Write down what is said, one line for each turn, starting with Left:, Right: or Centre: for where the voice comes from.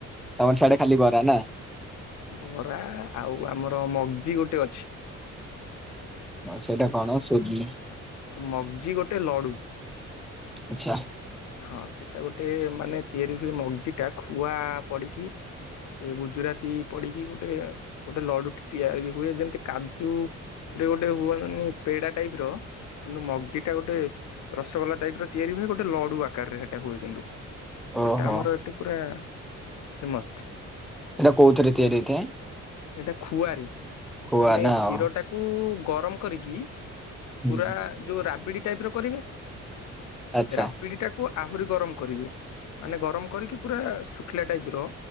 Centre: ତମର ସିଆଡେ ଖାଲି ବରା ନା ।
Left: ବରା ଆଉ ଆମର ମଗ୍ଜି ଗୋଟେ ଅଛି।
Centre: ସେଇଟା କଣ ସୁଜି
Left: ମଗଜି ଗୋଟେ ଲଡୁ
Centre: ଆଚ୍ଛା।
Left: ହଁ। ସେଟା ଗୋଟେ ମାନେ ତିଆରି ହୁଏ ମଗଜି ଟା ଖୁଆ ପଡିକି ଟିକେ ଗୁଜୁରାତି ପଡ଼ିକି ଗୋଟେ ଗୋଟେ ଗୋଟେ ଲଡ଼ୁ ତିଆରି ହୁଏ ଯେମିତି କାଜୁ ରେ ଗୋଟେ ହୁଅନ୍ତି ମାନେ ପେଡା ଟାଇପ ର କିନ୍ତୁ ମଗ୍ଜି ଟା ଗୋଟେ ରସଗୋଲା ଟାଇପ ର ତିଆରି ହୁଏ ଗୋଟେ ଲଡୁ ଆକାରରେ ସେଇଟା ହୁଏ କିନ୍ତୁ
Centre: ଓହୋ
Left: ଏଟା ଆମର ଏଠି ପୁରା ଫେମସ୍।
Centre: ଏଇଟା କୋଉଥିରେ ତିଆରି ହେଇଥାଏ?
Left: ଏଇଟା ଖୁଆରି
Centre: ଖୁଆ
Left: ମାନେ
Centre: ନା
Left: କ୍ଷୀର
Centre: ଆଉ
Left: ଟାକୁ ଗରମ କରିକି
Centre: ହୁଁ
Left: ପୁରା ଯୋଉ ରାବିଡି ଟାଇପର କରିବେ
Centre: ଆଚ୍ଛା।
Left: ରାବିଡ଼ି ଟାକୁ ଆହୁରି ଗରମ କରିବି ମାନେ ଗରମ କରିକି ପୁରା ଶୁଖିଲା ଟାଇପ ର